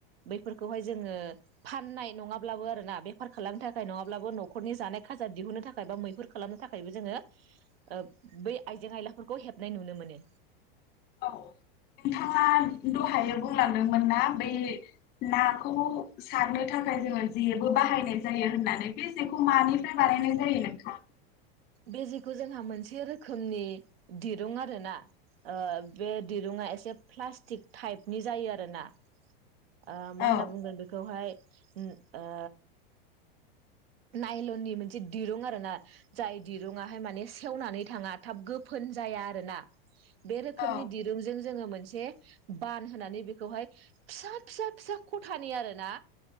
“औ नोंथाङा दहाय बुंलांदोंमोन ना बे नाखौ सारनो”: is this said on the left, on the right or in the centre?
Left